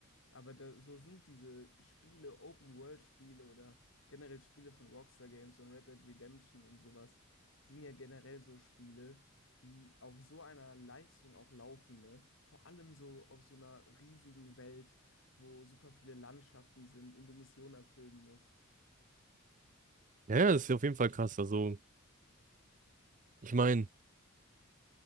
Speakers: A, on the left; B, on the right.
A: Aber da, so sind diese Spiele, Open-World-Spiele oder generell Spiele von Rockstar Games und Red Dead Redemption und sowas, sind ja generell so Spiele, die auf so einer Leistung auch laufen, ne? Vor allem so auf so einer riesigen Welt, wo super viele Landschaften sind und du Missionen erfüllen musst.
B: Ja, ja, das ist auf jeden Fall krass. Also, ich meine,